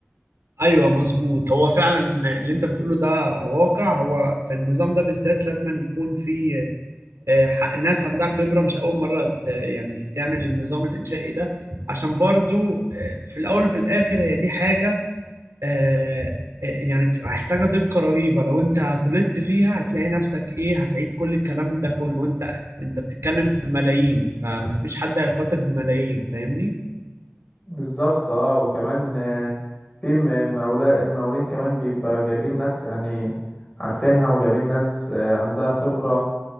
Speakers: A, on the right; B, on the left.
A: ايوه مظبوط هو فعلا اللي انت بتقوله ده واقع هو في النظام ده بالذات لازم يكون في آه، ح- ناس عندها خبرة مش أول مرة ت- يعني تعمل النظام الإنشائي ده عشان برضو آه، في الأول وفي الآخر هي دي حاجة آه، آه، يعني بتبقى محتاجة دقة رهيبة لو أنت غلطت فيها هتلاقي نفسك إيه هتعيد كل الكلام ده كله وأنت أنت بتتكلم في ملايين فمفيش حد هيخاطر بملايين فاهمني؟
B: بالظبط اه وكمان آه، في م- مولا المقاولين كمان بيبقى جايبين ناس يعني عارفينها وجايبين ناس آه، عندها خبرة